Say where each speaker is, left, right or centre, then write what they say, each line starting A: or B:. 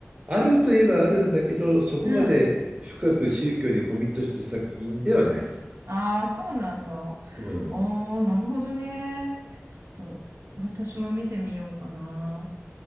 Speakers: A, on the right; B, on the right.
A: あるといえばあるんだけど、そこまで深く宗教にコミットした作品ではない。
B: うん。ああ、そうなんだ。
A: うん。
B: おー、なるほどね。と、私も見てみようかな。